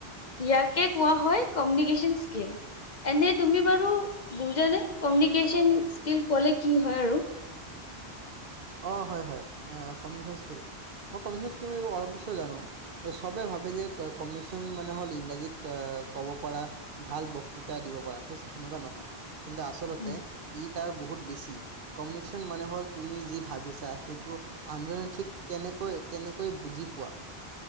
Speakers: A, on the left (about 45°); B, on the right (about 60°).
A: ইয়াকে কোৱা হয় কমিউনিকেশন স্কিল। এনে তুমি বাৰু বুজানে? কমিউনিকেশন্স স্কিল ক'লে কি হয় আৰু?
B: অ', হয় হয়, কমিউনিকেশন স্কিল। মই কমিউনিকেশন্সৰো অলপ বিচয় জানোঁ। এ, চবে ভাৱে যে কমিউনিকেশন্স মানে হ'ল ইংৰাজীত আ, ক'ব পৰা ভাল বক্তৃতা দিব পৰা ঠিক আছে সেনেকুৱা নহয়। কিন্তু আচ তলতে
A: উম।
B: ই তাৰ বহুত বেছি। কমিউনিকেশন্স মানে হ'ল তুমি যি ভাবিছা সেইটো আনজনে ঠিক কেনেকৈ, তেনেকৈ বুজি পোৱা।